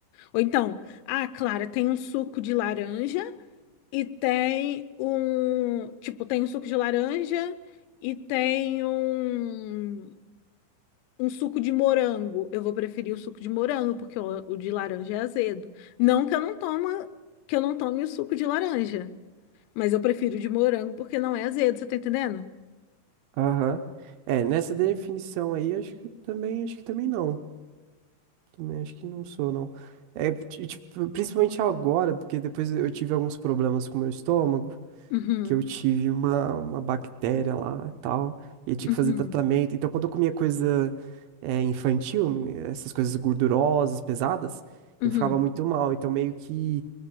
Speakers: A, on the left (about 85°); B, on the right (about 75°).
A: Ou então, ah, Clara, tem um suco de laranja e tem um, tipo, tem um suco de laranja e tem um Um suco de morango. Eu vou preferir o suco de morango, porque o, o de laranja é azedo. Não que eu não toma, que eu não tome o suco de laranja, mas eu prefiro o de morango porque não é azedo, você tá entendendo?
B: Aham. É, nessa definição aí, acho que também, acho que também não. Também acho que não sou, não. É, e, tipo, principalmente agora, porque depois eu tive alguns problemas com o meu estômago,
A: Uhum,
B: que eu tive uma, uma bactéria lá e tal, e eu tinha
A: uhum,
B: que fazer tratamento. Então, quando eu comia coisa é, infantil, essas coisas gordurosas, pesadas,
A: uhum.
B: eu ficava muito mal. Então, meio que